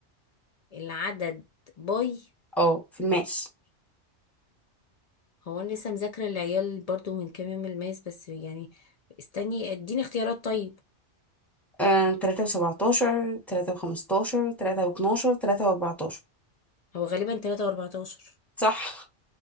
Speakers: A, on the left; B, in the centre.
A: العدد باي
B: اه في الماس
A: هو انا لسه مذاكرة العيال برضو من كام يوم الماس بس يعني استني اديني اختيارات طيب
B: آه، تلاتة وسبعتاشر تلاتة وخمستاشر تلاتة واتناشر تلاتة واربعتاشر
A: هو غالبا تلاتة واربعتاشر
B: صح